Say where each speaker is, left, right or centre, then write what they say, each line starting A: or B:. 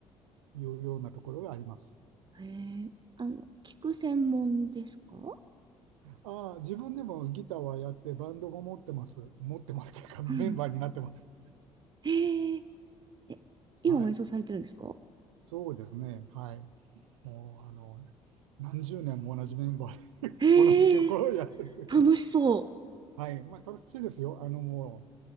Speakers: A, on the right; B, on the right.
A: いうようなところがあります。
B: へえ、あの、聞く専門ですか
A: ああ、自分でもギターはやってバンドも持ってます。持ってますというかメンバーになってます。
B: うん <laughs> へえ、え、今も演奏されてるんですか
A: はい。そうですね。はい。もうあの、何十年も同じメンバーで同じ曲をやってるというか、
B: へえ、楽しそう。
A: はい、まあ、楽しいですよ。あの、も